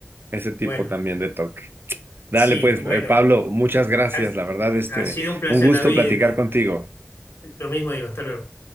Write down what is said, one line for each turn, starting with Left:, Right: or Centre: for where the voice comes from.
Right: ese tipo
Left: Bueno,
Right: también de toque. Dale,
Left: sí,
Right: pues,
Left: bueno,
Right: eh, Pablo, muchas gracias.
Left: has-
Right: La verdad, este,
Left: ha sido un placer,
Right: un gusto
Left: David.
Right: platicar contigo.
Left: Lo mismo digo, hasta luego.